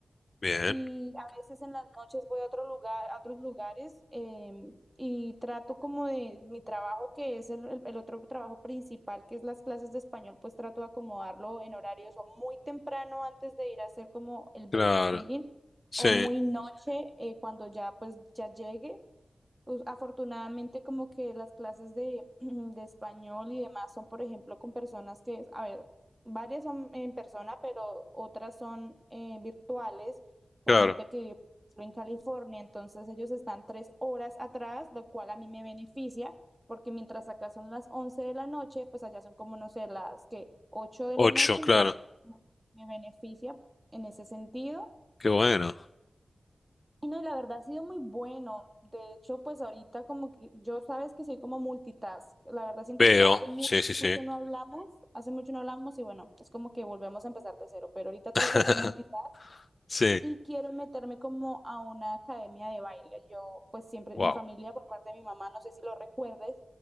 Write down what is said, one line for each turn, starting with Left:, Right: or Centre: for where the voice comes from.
Left: bien,
Right: y a veces en las noches voy a otro lugar, a otros lugares, em, y trato como de mi trabajo, que es el, el- el otro trabajo principal, que es las clases de español, pues trato de acomodarlo en horarios o muy temprano antes de ir a hacer como el babysitting
Left: claro, sí,
Right: o muy noche eh, cuando ya pues ya llegue us- Afortunadamente, como que las clases de, <clears throat> de español y demás son, por ejemplo, con personas que, a ver, varias son en persona, pero otras son eh, virtuales, con
Left: claro,
Right: gente que vive en California. Entonces, ellos están tres horas atrás, lo cual a mí me beneficia, porque mientras acá son las 11 de la noche, pues allá son como, no sé, las que 8 de
Left: ocho,
Right: la noche,
Left: claro,
Right: entonces me beneficia en ese sentido.
Left: qué bueno,
Right: Y no, y la verdad ha sido muy bueno. De hecho, pues ahorita como que yo sabes que soy como multitask. La verdad siento
Left: veo,
Right: que hace mucho,
Left: sí, sí, sí,
Right: mucho no hablamos, hace mucho no hablamos y bueno, es como que volvemos a empezar de cero, pero ahorita trato
Left: <laughs>
Right: de hacer multitask
Left: sí,
Right: y quiero meterme como a una academia de baile. Yo, pues siempre,
Left: wow,
Right: mi familia por parte de mi mamá, no sé si lo recuerdes,